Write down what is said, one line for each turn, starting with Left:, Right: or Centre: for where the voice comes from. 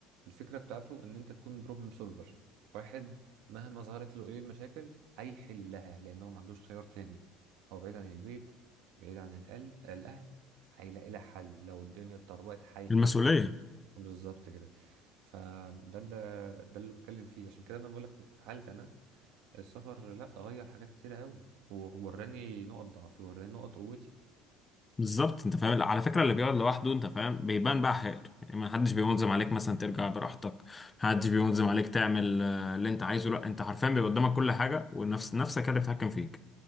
Right: الفكرة بتاعته ان انت تكون بروبلم سولفر واحد مهما ظهرت له ايه المشاكل هيحلها لان هو ما عندوش خيار تاني هو بعيد عن البيت بعيد عن الأهل الأهل هيلاقي لها حل لو الدنيا اتطربقت هيحلها
Left: المسؤوليه
Right: بالظبط كده فده اللي ده اللي بتكلم فيه عشان كده انا بقول لك في حالتي انا السفر لا غير حاجات كتيرة قوي ووراني نقط ضعفي وراني نقط قوتي
Left: بالظبط انت فاهم على فكره اللي بيقعد لوحده انت فاهم بيبان بقى حياته يعني ما حدش بينظم عليك مثلا ترجع براحتك ما حدش بينظم عليك تعمل آه، اللي انت عايزه لا انت حرفيا بيبقى قدامك كل حاجه ونفس نفسك هي اللي بتتحكم فيك